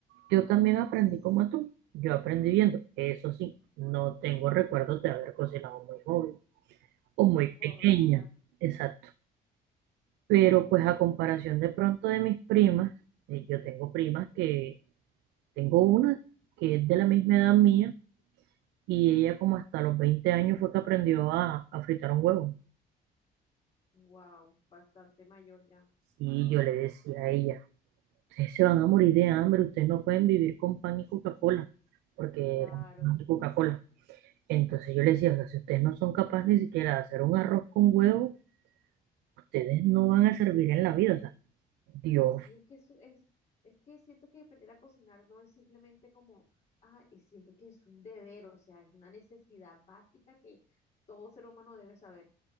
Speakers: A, on the right (about 85°); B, on the left (about 45°).
A: yo también aprendí como tú. Yo aprendí viendo. Eso sí, no tengo recuerdos de haber cocinado muy joven o muy
B: Muy joven,
A: pequeña.
B: claro.
A: Exacto. Pero pues a comparación de pronto de mis primas, eh, yo tengo primas que Tengo una que es de la misma edad mía y ella como hasta los 20 años fue que aprendió a, a fritar un huevo.
B: Wow, bastante mayor ya.
A: Y yo le decía a ella, ustedes se van a morir de hambre, ustedes no pueden vivir con pan y Coca-Cola, porque
B: Claro.
A: era pan y Coca-Cola. Entonces yo le decía, o sea, si ustedes no son capaces ni siquiera de hacer un arroz con huevo, ustedes no van a servir en la vida. O sea, Dios
B: Sí, es que eso es, es que siento que aprender a cocinar no es simplemente como, ah, y siento que es un deber, o sea, es una necesidad básica que todo ser humano debe saber.